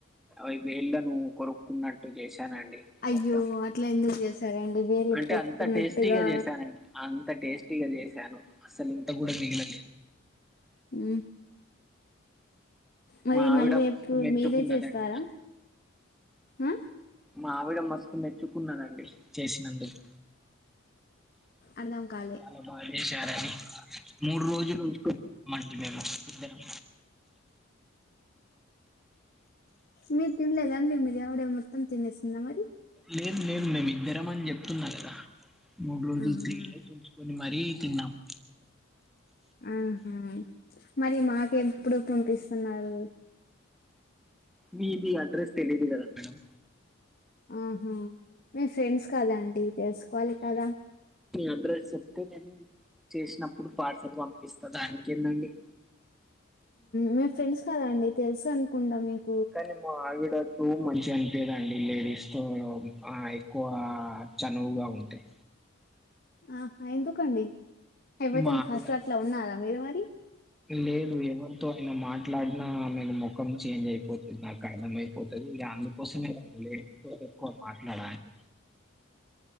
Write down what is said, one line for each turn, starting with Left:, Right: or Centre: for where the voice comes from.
Centre: అపు ఇళ్ళలను కొరుక్కున్నట్టు టు చేసానండి
Left: అయ్యో
Centre: మొత్తం
Left: అట్లా ఎందుకు చేసారండి వేలు
Centre: అంటే
Left: కొట్టుకున్నట్టుగా
Centre: అంత టేస్టీగా చేసానుండి అంత టేస్టీగా చేసాను అసలు ఇంంత గ కూడాడ మగిల
Left: ఉ మరి
Centre: మా ఆవిడ
Left: మళ్ళీ
Centre: మస్తు
Left: ఎప్పుడు
Centre: మెచ్చుకున్నదండి
Left: మీరే చేస్తారా ఆ
Centre: మావిడ మస్తు మెచ్చుకున్నానండి చేసినందుకు
Left: అర్ధం కాలే
Centre: చాల బాజసి మూడు రోజులు మేము ఇద్దరం
Left: మీరు తినలేదండి మీరు ఎవడే మొత్తం తినేసిందా మరి
Centre: లేదు లేవు మేమి ఇద్దరం అని చెప్తున్నా కదా మూడు రోజులు
Left: ఆహా
Centre: త్రీ డేస్ ఉంచుకొని మరీ తిన్నాము
Left: ఆహా మరి మాక ఎప్పుడు పంపిస్తున్నారు
Centre: మీది అడ్రస్ తెలియదు కదా మేడం
Left: ఆహా మీ ఫ్రెండ్స్ కాదా అండి తెలుసుకోవాలి కదా
Centre: అడ్రెస్స్ చెప్తే చేసినప్పుడు పార్సల్ పంపిస్తా దానికి ఏందండి
Left: మీ ఫ్రెండ్స్ కదండి తెలుసు అనుకుంటా మీకు
Centre: కానీమ్మ ఆవి మంచిగా అనిపేదండి లేడీస్ తో ఆ ఎక్కువ చనువుగా ఉంటాయి
Left: ఆ ఎందుకండి ఎవరైతేనా
Centre: మాములుగా
Left: ఫస్ట్ట్లా ఉన్నారా మీరు మరి
Centre: లేదు ఎవరితో అయన మాట్లాడినా ఆేను మొ ముఖం చేంజ్ అయిపోతుంది నాకు అర్థమ అయిపోతుంది ఇక అందుకోసమే లేడీస్ తో ఎక్కువ మాట్లాడాలి